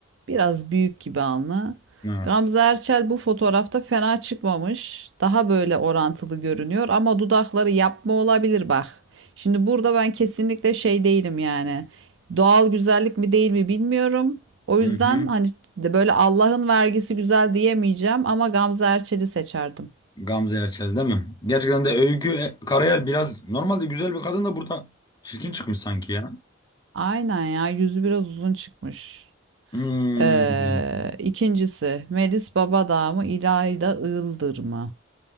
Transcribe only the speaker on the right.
Biraz büyük gibi alnı.
Gamze Erçel bu fotoğrafta fena çıkmamış. Daha böyle orantılı görünüyor ama dudakları yapma olabilir bak. Şimdi burada ben kesinlikle şey değilim yani. Doğal güzellik mi değil mi bilmiyorum. O
yüzden
hani böyle Allah'ın vergisi güzel diyemeyeceğim ama Gamze Erçel'i seçerdim.
Aynen ya yüzü biraz uzun çıkmış.
Ee, ikincisi Melis Babadağ mı İlayda Iğıldır mı?